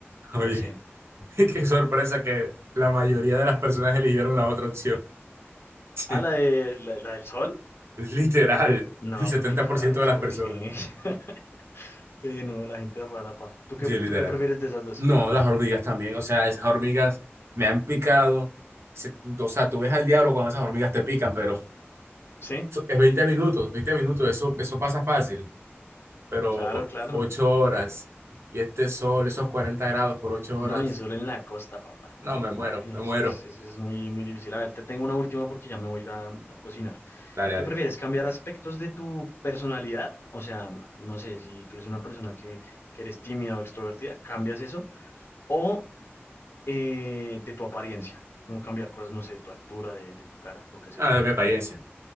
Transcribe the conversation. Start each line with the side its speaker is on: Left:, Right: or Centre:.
Right: Oye,
Left: No sé.
Right: <laughs> qué sorpresa que la mayoría de las personas eligieron la otra opción. <laughs>
Left: ¿Ah, la de la, la del sol?
Right: <laughs> Literal,
Left: No,
Right: el 70%
Left: pero qué carajos,
Right: de las
Left: ¿por
Right: personas.
Left: qué? <laughs> Pero no, la gente es rara, pa. ¿Tú qué,
Right: Sí,
Left: tú
Right: literal.
Left: qué prefieres de esas dos?
Right: No, las hormigas también, o sea, esas hormigas me han picado. Se- O sea, tú ves al diablo cuando esas hormigas te pican, pero
Left: Sí,
Right: so- es 20 minutos, 20 minutos, eso, eso pasa fácil, pero
Left: claro,
Right: o-
Left: claro.
Right: ocho horas y este sol, esos 40 grados por ocho horas,
Left: No, y solo en la costa, papá. No,
Right: no, me muero,
Left: papi,
Right: me
Left: eso
Right: muero.
Left: es, eso es muy, muy difícil. A ver, te tengo una última porque ya me voy a, ir a a cocinar.
Right: Dale,
Left: ¿Qué
Right: dale.
Left: prefieres? ¿Cambiar aspectos de tu personalidad? O sea, no sé, si tú eres una persona que, que eres tímida o extrovertida, cambias eso. O eh, de tu apariencia, como cambiar cosas, no sé, de tu altura, de, de tu cara, lo que sea.
Right: Ah, de mi apariencia,